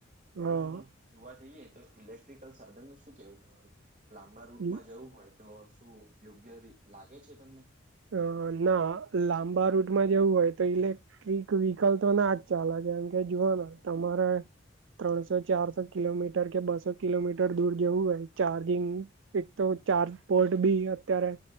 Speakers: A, on the right (about 40°); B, on the right (about 65°).
A: પણ
B: છે
A: જોવા જઈએ તો ઇલેક્ટ્રિકલ સાધન નું શું કેવું તમારું લાંબા રૂટમાં
B: હ
A: જવું હોય તો શું યોગ્ય લાગે છે તમને
B: અ ના લાંબા રૂટમાં જવું હોય તો ઇલેક રીક વ્હીકલ તો ના જ ચાલે છે એમ કે જુવાના તમારે ત્રણસો ચારસો કિલોમીટર કે બસો કિલોમીટર દૂર જેવું હોય ચાર્જિંગ એક તો ચાર્જ બોર્ડ બી અત્યારે